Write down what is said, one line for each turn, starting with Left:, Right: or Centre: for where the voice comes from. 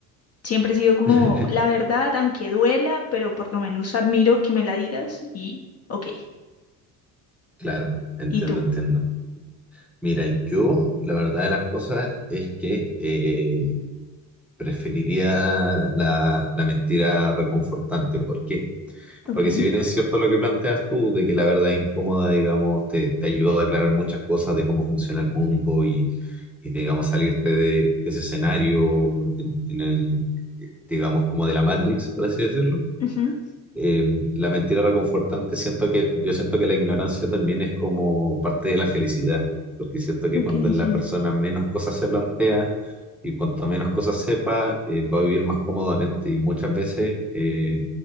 Left: siempre he sido como
Centre: <laughs>
Left: la verdad, aunque duela, pero por lo menos admiro que me la digas y ok,
Centre: Claro, entiendo,
Left: ¿y tú?
Centre: entiendo. Mira, yo la verdad de las cosas es que eh, preferiría la, la mentira reconfortante. ¿Por qué?
Left: Ok,
Centre: Porque si bien es cierto lo que planteas tú, de que la verdad incómoda, digamos, te, te ayuda a aclarar muchas cosas de cómo funciona el mundo y digamos salirte de, de ese escenario en, en el, eh, digamos como de la Matrix, por así decirlo.
Left: ujú,
Centre: Eh, la mentira reconfortante, siento que yo siento que la ignorancia también es como parte de la felicidad, porque siento que
Left: ok,
Centre: cuando la
Left: sí.
Centre: persona menos cosas se plantea y cuanto menos cosas sepa, eh, va a vivir más cómodamente y muchas veces eh,